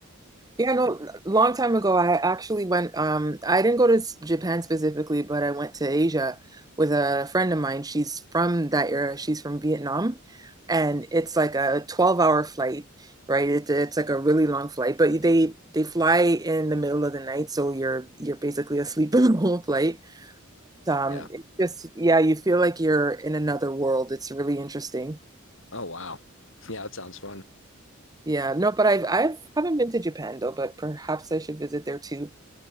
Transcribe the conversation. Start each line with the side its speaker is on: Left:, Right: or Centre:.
Right: Yeah, no, long time ago, I actually went, um, I didn't go to s- Japan specifically, but I went to Asia with a friend of mine. She's from that era. She's from Vietnam, and it's like a 12 hour flight, right? It, it's like a really long flight, but they they fly in the middle of the night, so you're you're basically asleep <laughs> in the whole flight. Um,
Left: Yeah.
Right: it's just yeah, you feel like you're in another world. It's really interesting.
Left: Oh wow. Yeah, that sounds fun.
Right: Yeah, no, but I've I've haven't been to Japan though, but perhaps I should visit there too.